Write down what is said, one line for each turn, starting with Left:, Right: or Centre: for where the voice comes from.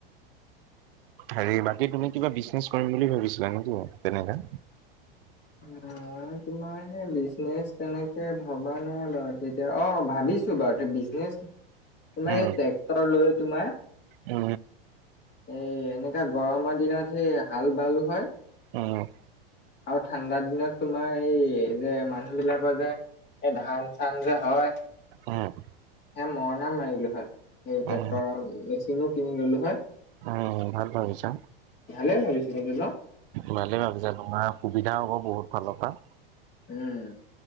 Right: হেৰি বাকী তুমি কিবা বিজনেছ কৰিম বুলি ভাবিছিলা নেকি? তেনেকা
Left: অঁ তোমাৰ সেই বিজনেচ তেনেকে- ভবা নাই বাৰু তেতিয়া অ ভাবিছো বাৰু তে বিজনেছ- তোমাৰ
Right: উম
Left: এই ট্ৰেক্টৰ লৈ তোমাৰ-
Right: উম,
Left: এই এনেকা গৰমৰ দিনত সেই হাল বালু হয়
Right: উম
Left: আৰু ঠাণ্ডাৰ দিনত তোমাৰ এই যে মানুহ বিলাকৰ যে - এই ধান চান যে হয়।
Right: উম-
Left: সে মৰনা মাৰিলো হয়। এই ট্ৰেক্টৰৰ
Right: উম,
Left: মেচিনো কিনি ললো হয়।
Right: উম, ভাল ভাবিছা।
Left: ভালে ভাবিছিলি ন।
Right: ভালে ভাবিছা তোমাৰ সুবিধা হ'ব বহুত ফালৰ পৰা।
Left: উম,